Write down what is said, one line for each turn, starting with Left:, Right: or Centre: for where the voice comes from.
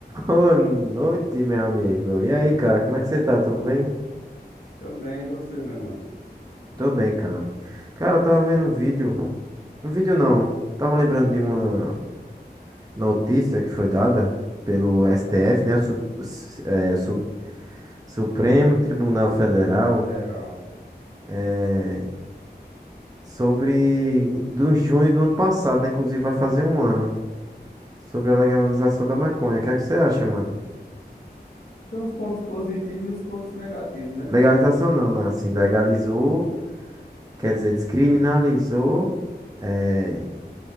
Right: Boa noite, meu amigo. E aí, cara, como é que você tá? Tudo bem?
Left: Estou bem, e você, meu mano?
Right: Tô bem, cara. Cara, eu tava vendo um vídeo. Um vídeo não. Tava lembrando de uma notícia que foi dada pelo STF, né? O, Su- o S- é, Su- Supremo Tribunal Federal.
Left: Tribunal Federal.
Right: é, sobre. Do junho do ano passado, né? Inclusive vai fazer um ano. Sobre a legalização da maconha. O que é que você acha, mano?
Left: Tem os pontos positivos e os pontos negativos, né?
Right: Legalização não, né? Assim, legalizou. Quer dizer, descriminalizou é,